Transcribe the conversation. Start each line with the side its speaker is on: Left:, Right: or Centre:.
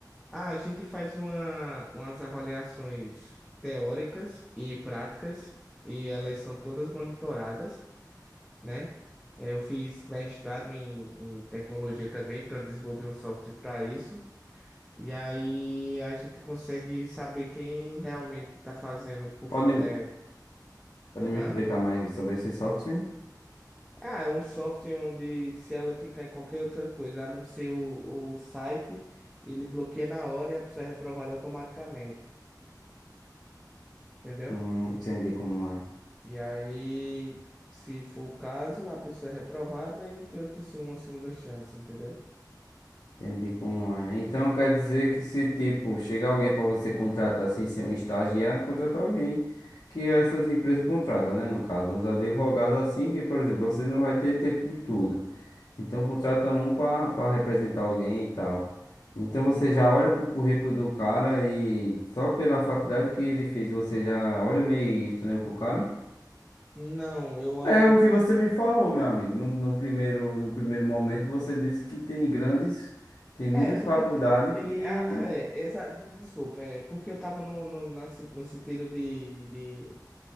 Centre: Ah, a gente faz uma, umas avaliações teóricas e práticas e elas são todas monitoradas. né? Eh, Eu fiz mestrado em, em tecnologia também, então eu desenvolvi um software para isso. E aí a gente consegue saber quem realmente está fazendo por
Left: Pode,
Centre: fa- eh,
Left: pode me
Centre: hã?
Left: explicar mais sobre esse software?
Centre: Ah, é um software onde se ela clicar em qualquer outra coisa, a não ser o, o site, ele bloqueia na hora e a pessoa é reprovada automaticamente, entendeu?
Left: Hum, entendi como é.
Centre: E aí, se for o caso, a pessoa é reprovada e não tem outra, se- uma segunda chance, entendeu?
Left: Entendi como é. Então quer dizer que se tipo chegar alguém para você contratar sem ser um estagiário, contratar alguém que essas empresas contratam, né? No caso, uns advogados assim que, por exemplo, você não vai ter tempo de tudo. Então contrata um para para representar alguém e tal. Então
Centre: Uhum.
Left: você já olha pro currículo do cara e só pela faculdade que ele fez, você já olha meio estranho pro cara.
Centre: Não, eu olho
Left: É o que você me falou, meu amigo. No, no primeiro, no primeiro momento, você disse que tem grandes, tem muitas
Centre: É, porque
Left: faculdades
Centre: te- tem.
Left: que,
Centre: a- a- É, exa- de- desculpa, é porque eu tava no, no, na se- no sentido de, de.